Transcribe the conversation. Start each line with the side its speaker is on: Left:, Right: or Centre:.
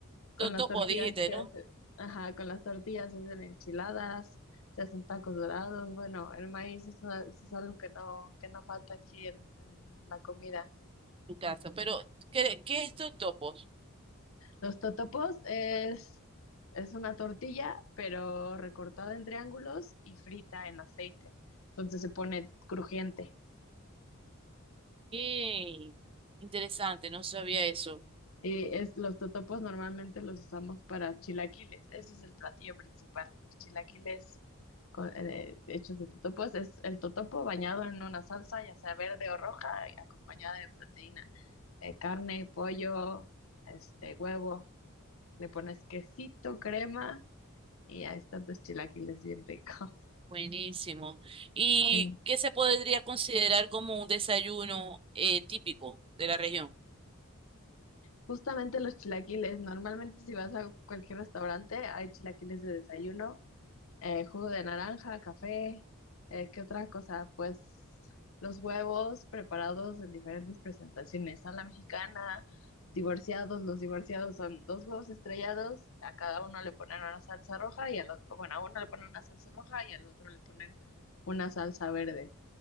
Left: Con
Right: Totopos,
Left: las tortillas
Right: dijiste,
Left: se
Right: ¿no?
Left: hace, ajá, con las tortillas se hacen enchiladas, se hacen tacos dorados. Bueno, el maíz es, a- es algo que no, que no falta aquí en, en la comida.
Right: Tu casa. Pero, ¿qué, qué es totopos?
Left: Los totopos es, es una tortilla, pero recortada en triángulos y frita en aceite. Entonces se pone crujiente.
Right: Qué interesante, no sabía eso.
Left: Y es, los totopos normalmente los usamos para chilaquiles. Ese es el platillo principal. Los chilaquiles con- eh, hechos de totopos es el totopo bañado en una salsa, ya sea verde o roja, y acompañada de proteína, Eh, carne, pollo, este, huevo. Le pones quesito, crema y ahí están tus chilaquiles bien ricos. <laughs>
Right: Buenísimo. ¿Y
Left: Sí.
Right: qué se podría considerar como un desayuno eh, típico de la región?
Left: Justamente los chilaquiles, normalmente si vas a cualquier restaurante hay chilaquiles de desayuno eh, jugo de naranja, café, eh, ¿qué otra cosa? Pues los huevos preparados en diferentes presentaciones, a la mexicana, divorciados, los divorciados son dos huevos estrellados, a cada uno le ponen una salsa roja y al otro, bueno, a uno le ponen una salsa roja y al otro le ponen una salsa verde